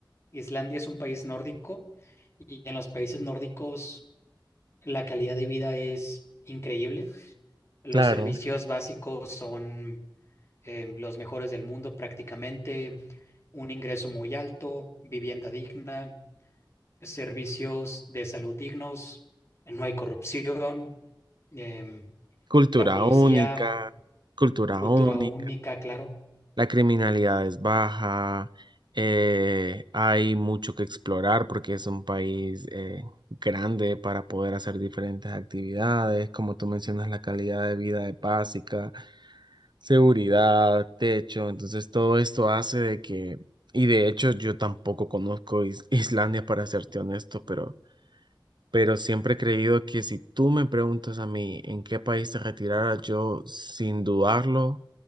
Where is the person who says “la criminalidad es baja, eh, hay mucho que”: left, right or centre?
Right